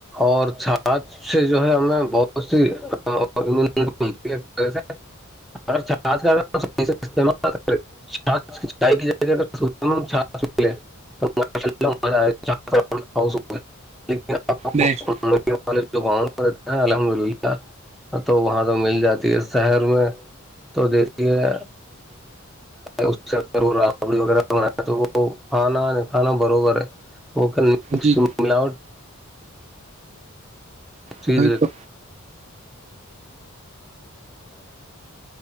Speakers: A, in the centre; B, on the right.
A: اور چھات اس سے جو ہے ہمیں بہت سیتی چھ کا استعمال چ کی جھیں ل
B: بیسٹ
A: الحمد للہ تو وہاں تو مل جاتی ہے شہر میں تو دیتی ہے اس ا وہ ری وغیرہ بن تو وہ پانا کھانا بربر ہے وہک
B: جی
A: ملاوٹ چیز
B: وہی
A: <inaudible>
B: تو